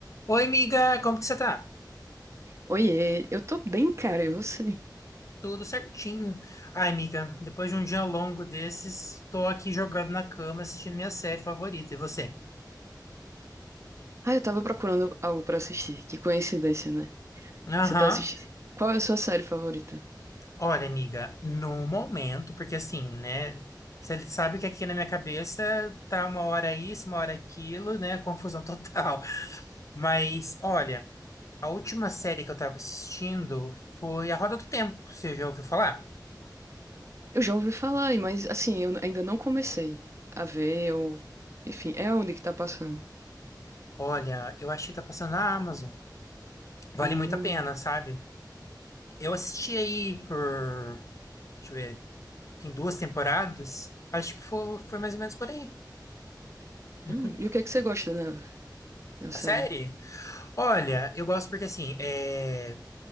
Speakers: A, on the left; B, on the right.
A: Oi, amiga, como que você tá?
B: Oiê, eu tô bem, cara, e você?
A: Tudo certinho. Ai, amiga, depois de um dia longo desses, tô aqui jogado na cama assistindo minha série favorita. E você?
B: Ah, eu tava procurando algo pra assistir. Que coincidência, né?
A: Aham.
B: Você tá assistindo. Qual é a sua série favorita?
A: Olha, amiga, no momento, porque assim, né? Você sabe que aqui na minha cabeça tá uma hora isso, uma hora aquilo, né? Confusão total. <laughs> Mas, olha, a última série que eu tava assistindo foi A Roda do Tempo. Você já ouviu falar?
B: Eu já ouvi falar, e- mas assim, eu ainda não comecei a ver, eu... Enfim, é onde que tá passando.
A: Olha, eu achei que tá passando na Amazon. Vale
B: Hum,
A: muito a pena, sabe? Eu assisti aí por, deixa eu ver, tem duas temporadas. Acho que foi, foi mais ou menos por aí. Uhum.
B: hum. E o que é que você gosta da, da
A: Da
B: série?
A: série? Olha, eu gosto porque assim, é